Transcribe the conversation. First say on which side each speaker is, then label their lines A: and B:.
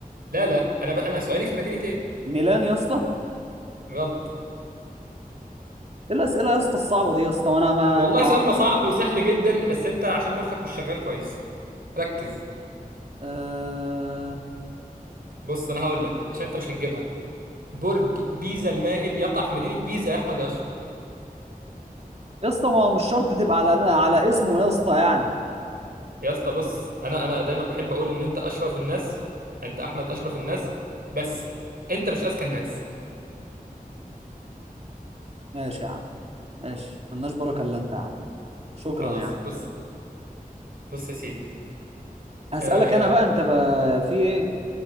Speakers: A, on the right; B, on the right.
A: لا لا انا بقى انا سؤالي في مدينه ايه
B: ميلان يا اسطى
A: غلط
B: ايه الأسئلة يا اسطى الصعبة دي يا اسطى وانا ما,
A: والله
B: ما...
A: سؤال ما صعب وسهل جدا بس انت عشان مخك مش شغال كويس ركز
B: آه...
A: بص انا هقول لك عشان انت مش هتجيبها برج بيزا المائل يقع في مدينه بيزا يا احمد يا اشرف
B: يا اسطى ما هو مش شرط تبقى على على اسمه يا اسطى يعني
A: يا اسطى بص انا انا دايما بحب اقول ان انت اشرف الناس انت احمد اشرف الناس بس انت مش اذكى الناس
B: ماشي يا عم ماشي ملناش بركه الا انت يا عم شكرا
A: خلاص
B: يا عم
A: بص بص يا سيدي
B: هسألك
A: آه
B: انا بقى انت بقى في ايه